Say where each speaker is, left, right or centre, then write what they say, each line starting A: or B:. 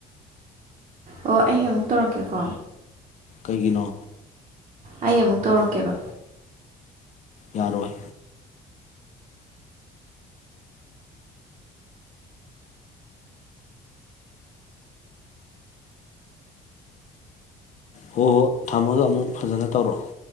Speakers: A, on the right; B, on the left.
A: ꯑꯣ ꯑꯩ ꯑꯃꯨꯛ ꯇꯧꯔꯛꯀꯦꯀꯣ
B: ꯀꯩꯒꯤꯅꯣ
A: ꯑꯩ ꯑꯃꯨꯛ ꯇꯧꯔꯛꯀꯦꯕ
B: ꯌꯥꯔꯣꯏ ꯍꯣꯏ ꯍꯣꯏ ꯊꯝꯃꯒ ꯑꯃꯨꯛ ꯐꯖꯅ ꯇꯧꯔꯛꯑꯣ